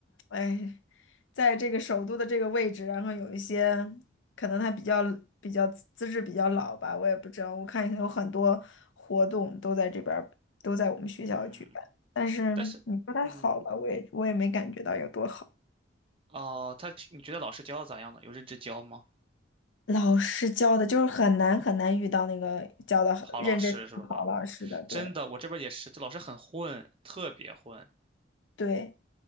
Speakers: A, on the left; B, on the right.
A: 哎，在这个首都的这个位置，然后有一些可能他比较比较资质比较老吧，我也不知道。我看有很多活动都在这边儿都在我们学校举办，
B: 嗯，
A: 但是你说它好吧，
B: 但是，嗯，
A: 我也我也没感觉到有多好。
B: 哦，他你觉得老师教的咋样呢？有认真教吗？
A: 老师教的就是很难很难遇到那个教的认真教好老师的，
B: 好老师是吧？
A: 对
B: 真的，我这边也是，这老师很混，特别混，
A: 对。